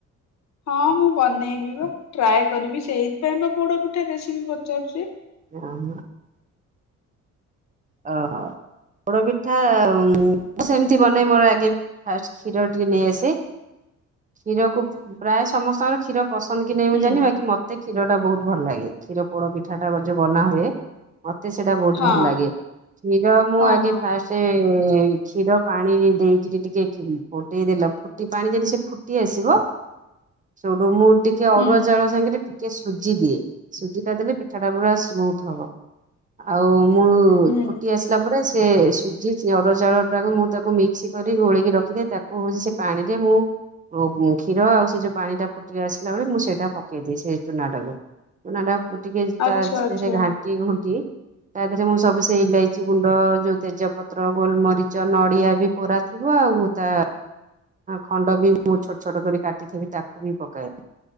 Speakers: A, on the left; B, on the right.
A: ହଁ ମୁଁ ବନେଇବି ବା। ଟ୍ରାଏ କରିବି, ସେଇଥିପାଇଁ ବା ପୋଡପିଠା ରେସିପି ପଚାରୁଚି।
B: <unintelligible> ଓହୋ, ପୋଡପିଠା ମୁଁ ସେମ୍ତି ବନେଇ ମୋର ଆଗେ ଫାଷ୍ଟ କ୍ଷୀର ଟିକେ ନେଇ ଆସେ, କ୍ଷୀରକୁ ପ୍ରାୟ ସମସ୍ତଙ୍କର କ୍ଷୀର ପସନ୍ଦ କି ନାହିଁ
A: ହୁଁ
B: ମୁଁ ଜାଣିନି, ବାକି ମତେ କ୍ଷୀରଟା ବହୁତ୍ ଭଲ ଲାଗେ କ୍ଷୀର ପୋଡପିଠା ଟା ଯୋଉ ବନା ହୁଏ ମତେ ସେଟା ବହୁତ୍
A: ହଁ
B: ଭଲ୍ ଲାଗେ, କ୍ଷୀର ମୁଁ
A: ହଁ
B: ଆଗେ
A: ହଁ
B: ଫାଷ୍ଟେ କ୍ଷୀର ପାଣିରେ ଦେଇକିରି ଟିକେ ଫୁଟେଇଦେଲ ଫୁଟି ପାଣି ଯଦି ସେ ଫୁଟି ଆସିବ ସୋଉଟୁ ମୁଁ ଟିକେ ଅରୁଆ
A: ହୁଁ
B: ଚାଉଳ ସାଙ୍ଗେରେ ଟିକେ ସୁଜି ଦିଏ, ସୁଜିଟା ଦେଲେ ପିଠା ଟା ପୁରା ସ୍ମୁଥ ହବ ଆଉ ମୁଁ
A: ହୁଁ
B: ଫୁଟି ଆସିଲା ପରେ ସେ ସୁଜି ଅରୁଆ ଚାଉଳ ଟାକୁ ମୁଁ ତାକୁ ମିକ୍ସ କରି ଗୋଲେଇକି ରଖିଦିଏ, ତାକୁ ହଉଚି ସେ ପାଣିରେ ମୁଁ କ୍ଷୀର ଆଉ ସେ ଯୋଉ ପାଣିଟା ଫୁଟି ଆସିଲା ବେଳେ ମୁଁ ସେଇଟା ପକେଇ ଦିଏ ସେ ଚୁନାଟାକୁ। ଚୁନାଟା ଟିକେ
A: ଆଚ୍ଛା
B: ଧେରେ
A: ଆଚ୍ଛା
B: ଘାଣ୍ଟି ଘୁଣ୍ଟି ତା ଧେରେ ମୁଁ ସବୁ ସେଇ ଏଲାଇଚି ଗୁଣ୍ଡ ଯୋଉ ତେଜପତ୍ର ଗୋଲମରିଚ ନଡିଆ ବି କୋରା ଥିବ ଆଉ ତା ଖଣ୍ଡ ବି ମୁଁ ଛୋଟ-ଛୋଟ କରି କାଟିଥବି ତାକୁ ବି ପକାଏ।